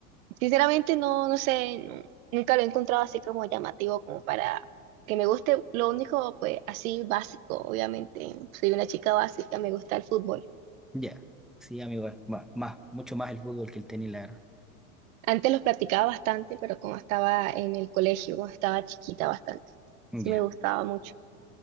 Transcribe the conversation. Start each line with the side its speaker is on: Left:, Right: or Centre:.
Right: sinceramente, no, no sé, nu- nunca lo he encontrado así como llamativo, como para que me guste. Lo único, pues, así básico, obviamente. Soy una chica básica, me gusta el fútbol.
Centre: Ya, sí, amigo, bueno, más, mucho más el fútbol que el tenis, la verdad.
Right: Antes los practicaba bastante, pero como estaba en el colegio, como estaba chiquita bastante,
Centre: Ya.
Right: sí me gustaba mucho.